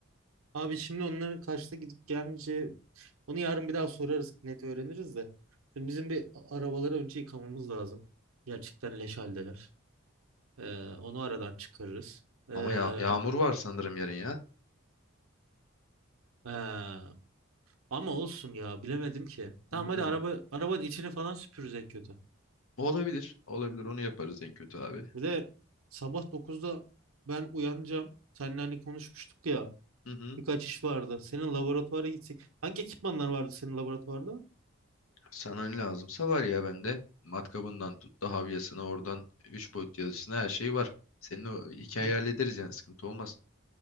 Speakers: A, on the right; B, on the left.
A: Abi şimdi onların kaçta gidip gelmeyeceği onu yarın bir daha sorarız net öğreniriz de. Şimdi bizim bir a- arabaları önce yıkamamız lazım. Gerçekten leş haldeler. Ee, onu aradan çıkarırız. Ee,
B: Ama ya yağmur var sanırım yarın ya.
A: ee, Ama olsun ya bilemedim ki. Tamam
B: Öyle-
A: hadi araba arabanın içini falan süpürürüz en kötü.
B: Olabilir. Olabilir. Onu yaparız en kötü abi.
A: Bir de sabah dokuzda ben uyanacağım. Seninle hani konuşmuştuk ya.
B: Hı hı.
A: Birkaç iş vardı. Senin laboratuvara gitsek. Hangi ekipmanlar vardı senin laboratuvarda?
B: Sana ne lazımsa var ya bende. Matkabından tut da havyasına oradan 3 boyut yazısına her şey var. Senin o hikayeyi
A: Hı,
B: hallederiz yani sıkıntı olmaz.